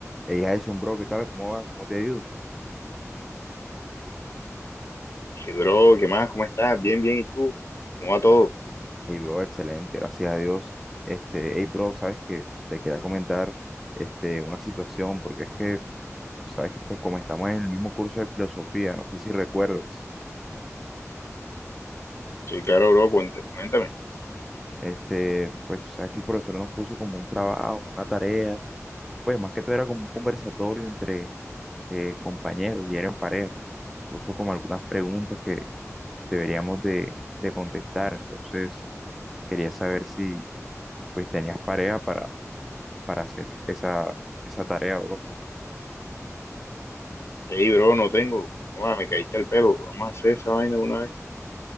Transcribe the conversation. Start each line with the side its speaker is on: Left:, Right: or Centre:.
Centre: Hey Jason, bro, ¿qué tal? ¿Cómo vas? ¿Cómo te ha ido?
Left: Hey, bro, ¿qué más? ¿Cómo estás? Bien, bien. ¿Y tú? ¿Cómo va todo?
Centre: Hey, bro, excelente, gracias a Dios. Este, hey, bro, sabes que te quería comentar este, una situación, porque es que, sabes que pues como estamos en el mismo curso de filosofía, no sé si recuerdas,
Left: Sí, claro, bro. cuenta- Coméntame.
Centre: este, pues tú sabes que el profesor nos puso como un trabajo, una tarea, pues más que todo era como un conversatorio entre eh, compañeros y eran pareja. Puso como algunas preguntas que deberíamos de, de contestar, entonces quería saber si pues tenías pareja para para hacer esa, esa tarea, bro.
Left: Hey, bro, no tengo. Joda, me caíste el pelo. Vamos a hacer esa vaina de una vez.